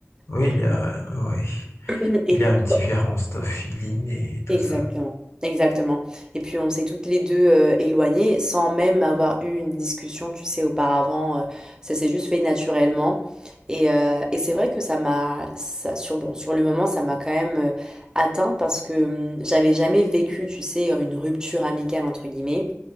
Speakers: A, on the left; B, on the right.
A: Oui,
B: Et,
A: il y a oui,
B: euh, <clears throat> et
A: il
B: du
A: y a une
B: coup,
A: différence
B: bah,
A: de feeling et tout
B: exactement,
A: ça.
B: exactement. Et puis on s'est toutes les deux euh, éloignées sans même avoir eu une discussion, tu sais, auparavant. euh, ça s'est juste fait naturellement. Et, euh, et c'est vrai que ça m'a, ça, sur, bon, sur le moment, ça m'a quand même euh, atteint parce que hum, j'avais jamais vécu, tu sais, une rupture amicale, entre guillemets.